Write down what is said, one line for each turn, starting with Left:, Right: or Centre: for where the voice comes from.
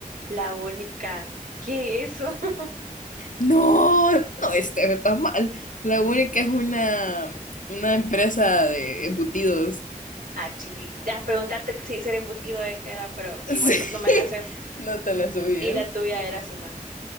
Right: La única. ¿Qué es eso? <laughs>
Left: No, no, este está mal. La única es una, una empresa de embutidos.
Right: Ah, chi- ah, preguntarte si ser embutido e- era, pero igual
Left: <laughs> Sí,
Right: no, no me la sé.
Left: no te la subías.
Right: Y la tuya era Simán.